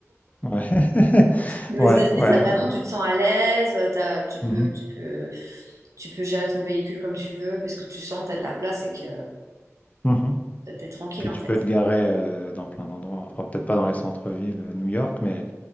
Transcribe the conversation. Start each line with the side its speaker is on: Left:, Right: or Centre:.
Left: ouais. <laughs>
Right: Mais
Left: Ouais,
Right: aux États-Unis,
Left: ouais.
Right: t'as vraiment,
Left: ouais.
Right: tu te sens à l'aise. euh, t'as- Tu peux,
Left: Mhm,
Right: tu peux. Tu peux gérer ton véhicule comme tu veux parce que tu sens que tu as de la place et que
Left: mhm.
Right: tu es tranquille
Left: Puis
Right: en
Left: tu
Right: fait.
Left: peux te garer euh, dans plein d'endroits. Enfin, peut-être pas dans les centres-villes à New York, mais,